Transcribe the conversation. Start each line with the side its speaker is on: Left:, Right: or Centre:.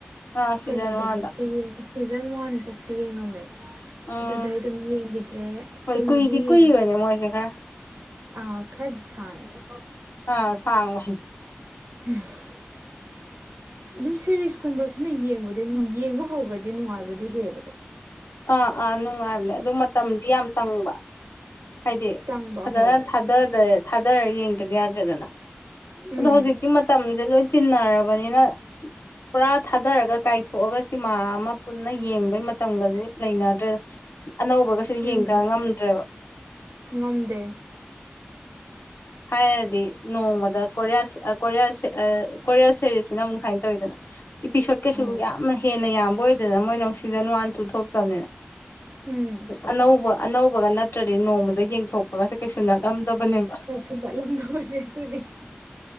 Left: ꯑꯥ ꯁꯤꯖꯟ
Right: ꯀꯩꯅꯣꯗꯨ
Left: ꯋꯥꯟꯗ
Right: ꯕꯥꯎꯇꯤ ꯁꯤꯖꯟ ꯋꯥꯟꯐꯧꯇꯤ ꯌꯦꯡꯉꯝꯃꯦ
Left: ꯎꯝ
Right: ꯑꯗꯨꯗꯩ ꯑꯗꯨꯝ ꯌꯦꯡꯒꯤꯗ꯭ꯔꯦ
Left: ꯍꯣꯏ
Right: ꯀꯩꯅꯣꯗꯤ
Left: ꯀꯨꯏꯗꯤ
Right: ꯌꯦꯡꯉꯦ
Left: ꯀꯨꯏꯕꯅꯦ ꯃꯣꯏꯁꯦ ꯈꯔ
Right: ꯑꯥ ꯈꯔꯗꯤ ꯁꯥꯡꯉꯦ
Left: ꯑꯥ ꯁꯥꯡꯕꯅꯤ
Right: <inaudible> ꯑꯗꯨꯝ ꯁꯦꯔꯤꯁꯀꯨꯝꯕꯁꯤꯅ ꯌꯦꯡꯕꯗꯤ ꯌꯦꯡꯕ ꯍꯧꯧꯕ꯭ꯔꯗꯤ ꯅꯨꯡꯉꯥꯏꯕꯗꯤ ꯍꯦꯜꯂꯦꯕ
Left: ꯑꯥ ꯑꯥ ꯅꯨꯡꯉꯥꯏꯕꯅꯦ ꯑꯗꯨ ꯃꯇꯝꯗꯤ ꯌꯥꯝ ꯆꯪꯕ ꯍꯥꯏꯗꯤ
Right: ꯆꯪꯕ
Left: ꯐꯖꯅ
Right: ꯍꯣꯏ
Left: ꯊꯥꯗ ꯊꯥꯗꯔ ꯌꯦꯡꯗꯕ ꯌꯥꯗ꯭ꯔꯦꯗꯅ
Right: ꯎꯝ
Left: ꯑꯗꯣ ꯍꯧꯖꯤꯛꯇꯤ ꯃꯇꯝꯁꯦ ꯂꯣꯏ ꯆꯤꯟꯅꯔꯕꯅꯤꯅ ꯄꯨꯔꯥ ꯊꯥꯗꯔꯒ ꯀꯥꯏ ꯊꯣꯛꯑꯒ ꯁꯤꯃꯥ ꯑꯃ ꯄꯨꯟꯅ ꯌꯦꯡꯕꯩ ꯃꯇꯝꯒꯗꯤ ꯂꯩꯅꯗ꯭ꯔꯦꯗ ꯑꯅꯧꯕꯒꯁꯨ ꯌꯦꯡꯊ
Right: ꯎꯝ
Left: ꯉꯝꯗ꯭ꯔꯦꯕ
Right: ꯉꯝꯗꯦ
Left: ꯍꯥꯏꯔꯗꯤ ꯅꯣꯡꯃꯗ ꯀꯣꯔꯤꯌꯥꯣꯔꯤꯌꯥ ꯀꯣꯔꯤꯌꯥ ꯁꯦꯔꯤꯁꯤꯅ ꯑꯃꯨꯛ ꯁꯨꯃꯥꯏꯅ ꯇꯧꯋꯤꯗꯅ ꯏꯄꯤꯁꯣꯠ ꯀꯩꯁꯨ
Right: ꯑꯧ
Left: ꯌꯥꯝꯅ ꯍꯦꯟꯅ ꯌꯥꯝꯕ ꯑꯣꯏꯗꯗꯅ ꯃꯣꯏꯅ ꯑꯃꯨꯛ ꯁꯤꯖꯟ ꯋꯥꯟ ꯇꯨ ꯊꯣꯛꯇꯕꯅꯤꯅ
Right: ꯎꯝ
Left: ꯑꯅꯧꯕ
Right: ꯑꯁ
Left: ꯑꯅꯧꯕꯒ ꯅꯠꯇ꯭ꯔꯗꯤ ꯅꯣꯡꯃꯗ ꯌꯦꯡꯊꯣꯛꯄꯒꯁꯦ ꯀꯩꯁꯨ ꯅꯛꯂꯝꯗ ꯇꯕꯅꯦꯕ
Right: ꯅꯠꯂꯝꯗꯕꯅꯦ ꯑꯗꯨꯅꯤ